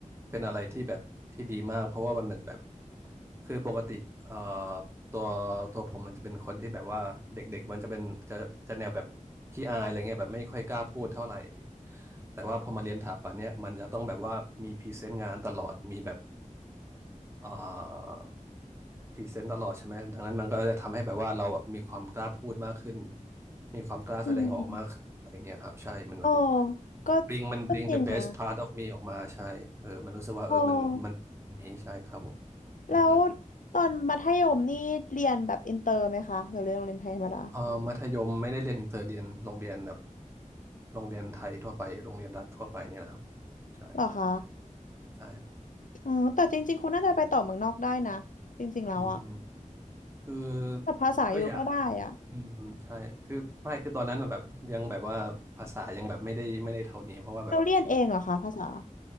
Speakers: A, on the right; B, on the left.
A: เป็นอะไรที่แบบที่ดีมากเพราะว่ามันเหมือนแบบคือปกติเอ่อ ตัวตัวผมมันจะเป็นคนที่แบบว่าเด็กๆมันจะเป็นจะจะแนวแบบขี้อายอะไรเงี้ยแบบไม่ค่อยกล้าพูดเท่าไหร่แต่ว่าพอมาเรียนถาปัตย์เนี่ยมันจะต้องแบบว่ามีพรีเซนต์งานตลอดมีแบบเอ่อพรีเซนต์ตลอดใช่ไหมดังนั้นมันก็จะทำให้แบบว่าเราแบบมีความกล้าพูดมากขึ้นมีความกล้าแสดงออกมากขึ้นอะไรเงี้ยครับใช่มันมัน
B: อืมโอ้ก็
A: bring มัน
B: ก็จริงนะ
A: bring the best part of me ออกมาใช่เออมันรู้สึกว่าเออมันมันอย่างนี้ใช่ครับผม
B: โอ้
A: อือฮึ
B: แล้วตอนมัธยมนี่เรียนแบบอินเตอร์ไหมคะหรือเรียนโรงเรียนไทยธรรมดา
A: เอออมัธยมไม่ได้เรียนอินเตอร์เรียนโรงเรียนแบบ โรงเรียนไทยทั่วไปโรงเรียนรัฐทั่วไปเนี่ยแหละครับ ใช่
B: เหรอคะ
A: ใช่ครับ
B: อืมแต่จริงๆคุณน่าจะไปต่อเมืองนอกได้นะจริงๆแล้วอะ
A: อืมอืมคือ
B: แต่ภาษาอยู่ก็ได้อะ
A: ก็อยากอืมใช่คือไม่คือตอนนั้นมันแบบ ยังแบบว่าภาษายังแบบไม่ได้ไม่ได้เท่านี้ เพราะว่าแบบ
B: เราเรียนเองเหรอคะภาษา